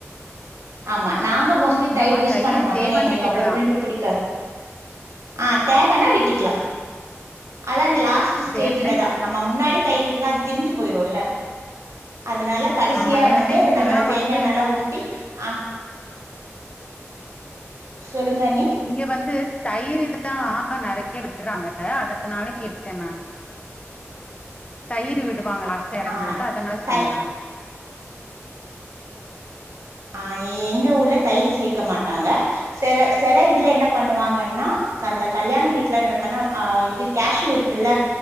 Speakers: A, on the right; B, on the left.
A: ஆமா நாங்க மோஸ்ட்லி
B: இல்லமா
A: தயிர் யூஸ்
B: தயிரு
A: பண்ண மாட்டோ
B: தேவன்னு
A: ஏனா எங்ளுக்
B: விட்டுக்கலா
A: அவ்வளோ புளிப்பு புடிக்கா ஆ தேங்கெண்ணே விட்டுக்லா அதா அந்த லாஸ்ட்டு ஸ்டேஜ்ல
B: ஏன்னா
A: தா நம்ம முன்னாடி தயிர் ஊத் னா திரிஞ்சி போயிருல்ல அதனால கடசியா
B: ஆமா ஏன்னா
A: வந்து
B: இங்கெல்லா
A: நம்ம அந்த தேங்கா
B: வந்து
A: எண்ணெல ஊத்தி அ சொல்லுங்க அண்ணி
B: இங்க வந்து தயிரு தா நெறையா விட்றாங்க அதனால கேட்டே நானு தயிரு விடுவாங்க லாஸ்டா ஏறக்கும்
A: ஆ
B: போது தா அதனால
A: த
B: சொன்னே நானு
A: அ எங்க ஊர்ல தயிர் சேக்க மாட்டாங்க செர செர இதுல என்ன பண்ணுவாங்கன்னா அந்த கல்யாண வீட்ல என்ன பண்ணா ஆ இது கேஷ்யூ இருக்குல்ல